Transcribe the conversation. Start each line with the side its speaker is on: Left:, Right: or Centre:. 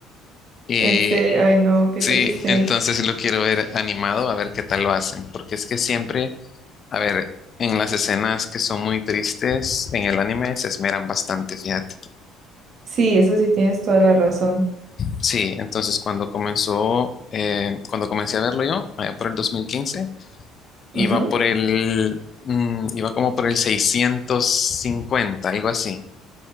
Left: Y
Right: ¿En serio? Ay, no, qué
Left: sí,
Right: triste.
Left: entonces sí lo quiero ver animado, a ver qué tal lo hacen, porque es que siempre, a ver, en las escenas que son muy tristes en el anime se esmeran bastante, fíjate.
Right: Sí, eso sí tienes toda la razón.
Left: Sí, entonces cuando comenzó, eh, cuando comencé a verlo yo, allá por el 2015, iba
Right: Ujú.
Left: por el, mm, iba como por el 650, algo así.